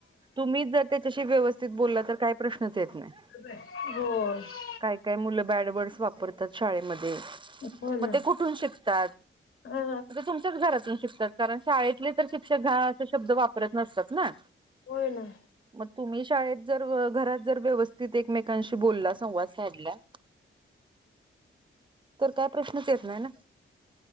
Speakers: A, on the right (about 25°); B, on the left (about 85°).
A: तुम्हीच जर त्याच्याशी व्यवस्थित बोलला तर काही प्रश्नच येत नाही.
B: होय..
A: काय काय मुलं बॅडवर्डस वापरतात शाळेमध्ये
B: हो
A: मग
B: ना
A: ते कुठून शिकतात.
B: हा
A: तुमच्याच घरातून शिकतात कारण शाळेतले तर शिक्षक घान असे शब्द वापरत नसतात ना
B: होय ना.
A: मग तुम्ही शाळेत जर घरात जर व्यवस्थित एकमेक कांशी बोलला संवाद साधला. तर काय प्रश्नच येत नाही ना.